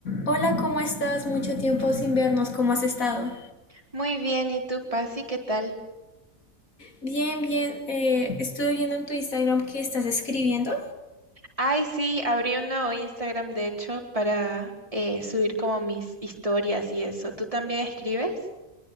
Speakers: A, on the left (about 80°); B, on the right (about 25°).
A: Hola, ¿cómo estás? Mucho tiempo sin vernos, ¿cómo has estado?
B: Muy bien, ¿y tú, Pasi, qué tal?
A: Bien, bien. eh, estuve viendo en tu Instagram que estás escribiendo.
B: Ay, sí, abrí un nuevo Instagram, de hecho, para eh, subir como mis historias y eso. ¿Tú también escribes?